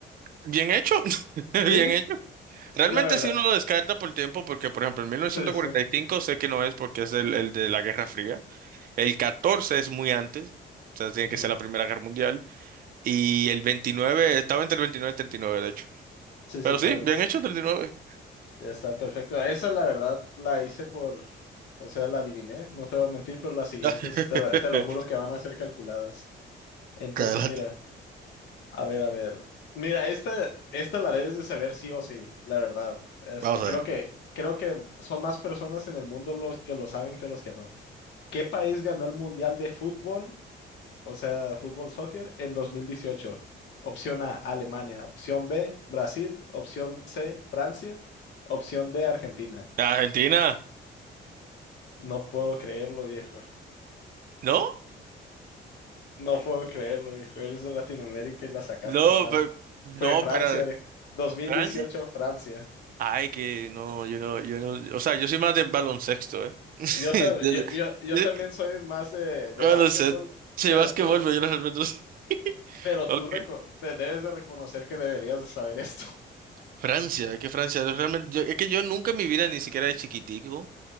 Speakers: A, on the right; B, on the left.
A: Bien hecho, <laughs> bien
B: Sí,
A: hecho. Realmente
B: la verdad.
A: si uno lo descarta por el tiempo, porque por ejemplo en mil novecientos
B: Sí, sí.
A: cuarenta y cinco sé que no es porque es el, el de la Guerra Fría. El 14 es muy antes, o sea, tiene
B: Ujú.
A: que ser la Primera Guerra Mundial. Y el 29 estaba entre el 29 y el treinta y nueve de hecho.
B: Sí,
A: Pero
B: sí, claro.
A: sí, bien hecho, treinta y nueve
B: Ya está perfecto. Esa la verdad la hice por, o sea, la adiviné, no te voy a mentir, pero las siguientes
A: <laughs>
B: te, lo te lo juro que van a ser calculadas. Entonces,
A: Adelante.
B: mira, a ver, a ver. Mira, esta, esta la debes de saber sí o sí, la verdad. Este,
A: Vamos
B: creo
A: a ver.
B: que, creo que son más personas en el mundo los que lo saben que los que no. ¿Qué país ganó el Mundial de Fútbol o sea, fútbol soccer, en 2018. Opción A, Alemania. Opción B, Brasil. Opción C, Francia. Opción D, Argentina.
A: Argentina,
B: No puedo creerlo, viejo.
A: ¿no?
B: No puedo creerlo, viejo. Eres de Latinoamérica y la sacaste
A: No,
B: mal.
A: pero, no,
B: Fue Francia,
A: pero
B: viejo. 2018,
A: Francia.
B: Francia.
A: Ay, que no, yo no, yo no, o sea, yo soy más de baloncesto, ¿eh? <laughs>
B: Yo, ta-
A: Desde-
B: yo, yo, yo
A: yo-
B: también soy más de, de
A: baloncesto.
B: básquetbol,
A: Sí,
B: pero
A: básquetbol,
B: tú, re-
A: pero yo no realmente no sé. <laughs>
B: pero tú
A: Ok.
B: reco- te debes de reconocer que deberías de saber esto. <laughs>
A: Francia, es que Francia, yo realmente, yo- es que yo nunca en mi vida, ni siquiera de chiquitico,